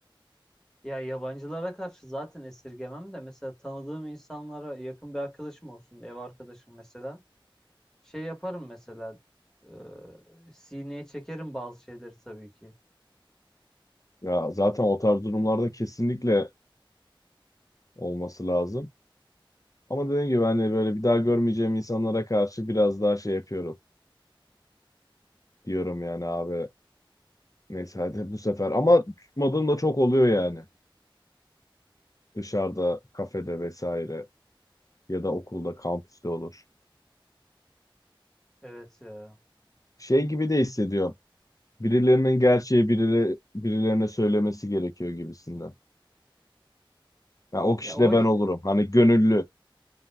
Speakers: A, in the centre; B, on the left.
A: ya yabancılara karşı zaten esirgemem de mesela tanıdığım insanlara yakın bir arkadaşım olsun, ev arkadaşım mesela. Şey yaparım mesela. E, sineye çekerim bazı şeyleri tabii ki.
B: Ya zaten o tarz durumlarda kesinlikle olması lazım. Ama dediğim gibi hani böyle bir daha görmeyeceğim insanlara karşı biraz daha şey yapıyorum. Diyorum yani abi neyse hadi bu sefer. Ama tutmadığım da çok oluyor yani. Dışarıda, kafede vesaire ya da okulda, kampüste olur.
A: Evet ya.
B: Şey gibi de hissediyorum. Birilerinin gerçeği birileri, birilerine söylemesi gerekiyor gibisinden. Yani o kişi
A: Ya o
B: de ben
A: hi-
B: olurum. Hani gönüllü.